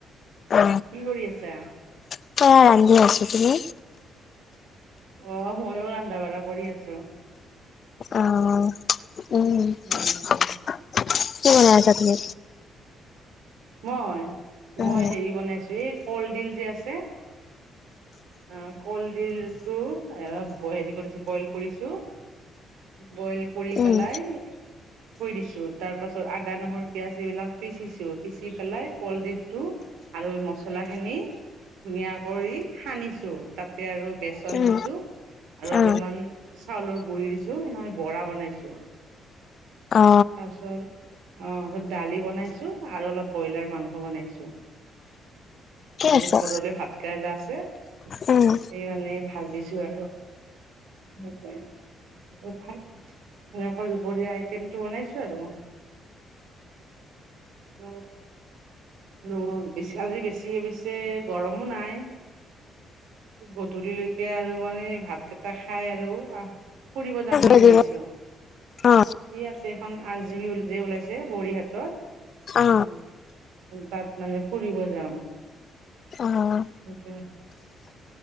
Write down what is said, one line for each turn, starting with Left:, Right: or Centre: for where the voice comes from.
Left: অ
Right: কি কৰি আছা?
Left: <unintelligible> ৰান্ধি আছো তুমি?
Right: অ', ময়ো ৰান্ধা বঢ়া কৰি আছোঁ।
Left: অ', উম
Right: উম
Left: <unintelligible> কি বনাই আছা তুমি?
Right: মই?
Left: উম
Right: মই হেৰি বনাইছো এই কলডিল যে আছে। অ', কলডিলটো এবা হেৰি কৰিছোঁ বইল কৰিছোঁ। বইল কৰি
Left: উম
Right: পেলাই থৈ দিছোঁ, তাৰ পাছত আদা, নহৰু, পিয়াঁজ এইবিলাক পিচিছো পিচি পেলাই কলডিলটো আৰু মছলা খিনি ধুনীয়া কৰি সানিছ <unintelligible> তাতে আৰু বেচন
Left: উম
Right: দিছোঁ। আৰু অলপমান
Left: অ
Right: চাউলৰ গুৰি দিছোঁ, সেনেকে বৰা বনাইছোঁ।
Left: অ
Right: তাৰপাছত অ', <inaudible> দালি বনাইছোঁ আৰু অলপ ব্ৰইলাৰ মাংস বনাইছোঁ।
Left: ঠিকে
Right: আৰু
Left: আছে
Right: ঘৰলৈ ভাত কেৰেলা আছে।
Left: উম
Right: সেই মানে ভাজিছোঁ আৰু <unintelligible> <unintelligible> এনেকৈ দুপৰীয়া আইটেমটো বনাইছোঁ আৰু। <unintelligible> আৰু বেছি আজি বেছি অৱশ্যে গৰমো নাই। গধূলিলৈকে আৰু মানে এই ভাতকেইটা খায় আৰু আ ফুৰিব যাম বুলি
Left: লাগিব
Right: ভাবিছোঁ।
Left: অ
Right: ইয়াতে এখন আজি <unintelligible> ওলাইছ তে বৰি হাতত।
Left: অ
Right: অ', তাত মানে ফুৰিব যাম।
Left: অ'।
Right: <unintelligible>